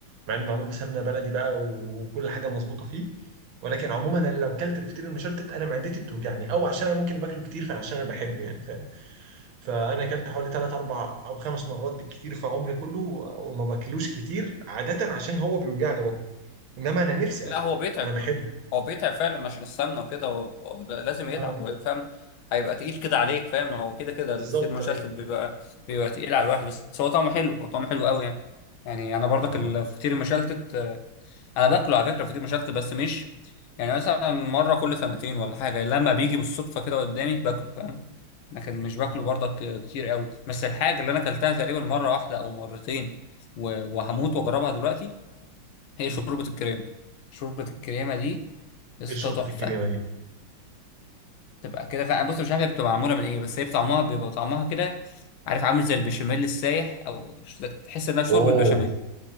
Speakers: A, on the right; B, on the left.
A: مع انه معمول بسمنه بلدي بقى وكل حاجه مظبوطه فيه ولكن عموما انا لو اكلت الفطير المشلتت انا معدتي بتوجعني او عشان انا ممكن باكله كتير فعشان انا بحبه يعني فاهم فانا اكلت حوالي 3 4 او 5 مرات بالكتير في عمري كله وما باكلوش كتير عاده عشان هو بيوجعني بطني انما انا نفسي
B: لا
A: اكله
B: هو بيتعب
A: انا بحبه
B: هو بيتعب فعلا عشان السمنه وكده هو هو لازم يتعب
A: اه
B: هو فاهم هيبقى تقيل كده عليك فاهم هو كده كده
A: بالظبط
B: الفطير مشلتت
A: ايوه
B: بيبقى بيبقى تقيل على الواحد بس هو طعمه حلو هو طعمه حلو قوي يعني يعني انا برضك
A: اه
B: الفطير المشلتت آه، انا باكله على فكره فطير مشلتت بس مش يعني مثلا مره كل سنتين ولا حاجه لما بيجي بالصدفه كده قدامي باكله فاهم لكن مش
A: مم.
B: باكله برضك آه، كتير قوي بس الحاجه اللي انا اكلتها تقريبا مره واحده او مرتين و- وهموت واجربها دلوقتي هي
A: مم.
B: شوربه الكريمه شوربة الكريمة دي يا اسطى
A: ايه شوربة
B: تحفه
A: الكريمة دي؟
B: تبقى كده فعلا بص مش عارف هي بتبقى معموله من ايه بس هي طعمها بيبقى طعمها كده عارف عامل زي البشاميل السايح او ش- تحس انها شوربه
A: اوه
B: بشاميل